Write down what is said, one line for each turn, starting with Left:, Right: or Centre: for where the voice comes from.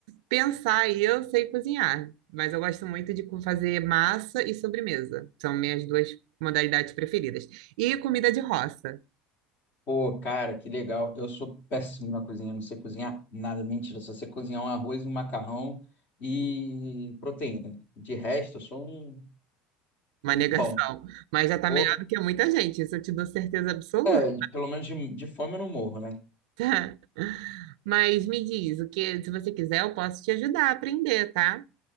Right: pensar e eu sei cozinhar. Mas eu gosto muito de co- fazer massa e sobremesa. São minhas duas modalidades preferidas. E comida de roça.
Left: Pô, cara, que legal. Eu sou péssimo na cozinha, eu não sei cozinhar nada. Mentira, só sei cozinhar um arroz, um macarrão e proteína. De resto, eu sou um,
Right: Uma
Left: um
Right: negação.
Left: pão.
Right: Mas já tá
Left: Ou,
Right: melhor do que muita gente, isso eu te dou certeza absoluta.
Left: é, pelo menos de, de fome eu não morro, né?
Right: <laughs> Mas me diz, o que, se você quiser, eu posso te ajudar a aprender, tá?